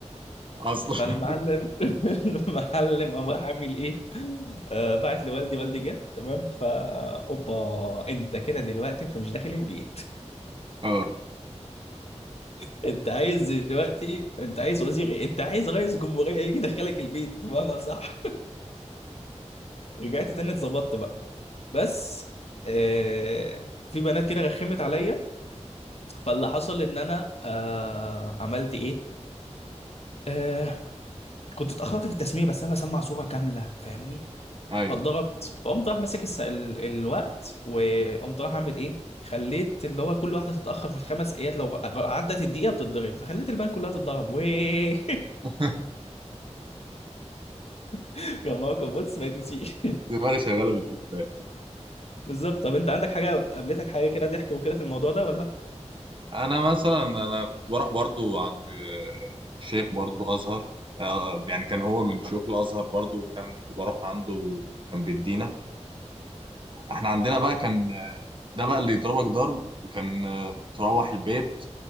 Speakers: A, on the right; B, on the left.
A: أصلا
B: فالمعلم <laughs> المعلم قام راح عامل ايه آه بعت لوالدي والدي جه تمام فا اوبا انت كده دلوقتي انت مش داخل البيت
A: اه
B: <laughs> انت عايز دلوقتي انت عايز وزير ايه؟ انت عايز رئيس جمهوريه يجي يدخلك البيت ما انا صح رجعت تاني اتظبطت بقى بس آه في بنات كده رخمت عليا فاللي حصل ان انا آه عملت ايه آه كنت اتاخرت في التسميه بس انا بسمع صوره كامله فاهمني
A: أيوه
B: فاتضربت فقمت راح ماسك الس... ال... الوقت وقمت راح اعمل ايه خليت اللي هو كل واحده تتاخر في الخمس ايات لو عدت الدقيقه بتتضرب فخليت البنات كلها تتضرب ويه
A: <laughs>
B: <laughs> كان موقف بص ما يتنسيش
A: دماغي شغالة مش بتبقى
B: <laughs> بالظبط طب انت عندك حاجه قابلتك حاجه كده ضحك وكده في الموضوع ده ولا
A: أنا مثلا أنا كنت بروح برضو عند شيخ برضو أزهر آه، يعني كان هو من شيوخ الأزهر برضو وكان بروح عنده كان بيدينا احنا عندنا بقى كان آه، ده بقى اللي يضربك ضرب وكان آه، تروح البيت